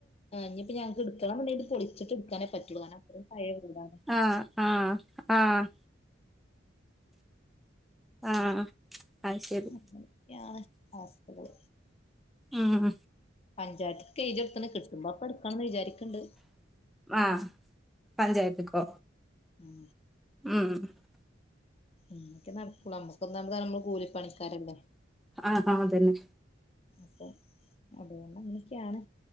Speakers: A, on the left; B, in the centre.
A: ഞ്ഞിപ്പ ഞങക്ക് എടുക്കണം വേണ്ടിട്ട് പൊളി ച്ചിട്ട് ട്ക്കാനേ പറ്റുള്ളൂകാരണം പയേവീടാ
B: ആഹ് ആഹ് ആഹ് ആഹ് ആഹ് അഹ് ശരി
A: അങ്ങനെയൊക്കെയാണ് അവസ്ഥകള്
B: ഉം ഉം
A: പഞ്ചായത്ത്ക് കെയ്ത്യോട്ത്ണ് കിട്ടുമ്പോ അപ്പൊ എടുക്കണംന്ന് വിചാരിക്ണ്ട്
B: ആഹ് പഞ്ചായത്ക്കൊ
A: ഉം
B: ഉം
A: ഇൻക് നടക്കൂള നമ്മുക്കൊന്ന <unintelligible> കൂലിപ്പണിക്കാരല്ലേ
B: ആഹ് ആഹ് അതന്നെ
A: അപ്പൊ അതുകൊണ്ട അങ്ങനെയൊക്കെയാണ്